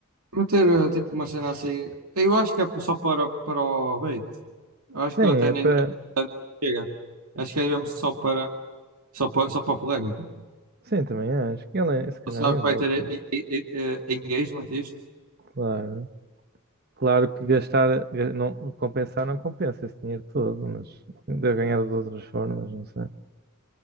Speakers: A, on the right (about 90°); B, on the right (about 45°).
A: meter eh, tipo uma cena assim. Eu acho que é só para, para o bait. Eu acho
B: Sim,
A: que ele até
B: é
A: nem
B: para.
A: deve- chega. Acho que é mesmo só para só para, só para a polémica.
B: Sim, também acho. que Ele, é, se calhar,
A: Ele sabe
B: nem
A: que
B: volta.
A: vai ter eh, eh, eh, eh, eh, engagement isto.
B: Claro. Claro que gastar, ga- não, compensar não compensa esse dinheiro todo, mas deve ganhar de outras formas, não sei.